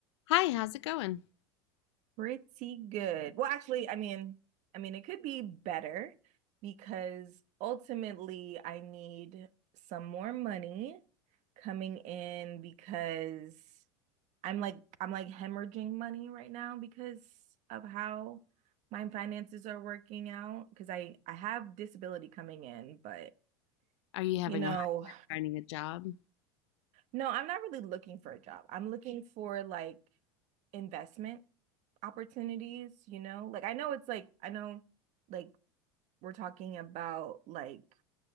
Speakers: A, on the left; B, on the right.
A: Hi, how's it going?
B: pretty good. Well, actually, I mean, I mean, it could be better because ultimately I need some more money coming in because I'm like I'm like hemorrhaging money right now because of how my finances are working out because I I have disability coming in, but
A: Are you having
B: you know,
A: a hard finding a job?
B: no, I'm not really looking for a job. I'm looking for like investment opportunities, you know? Like I know it's like I know like we're talking about like,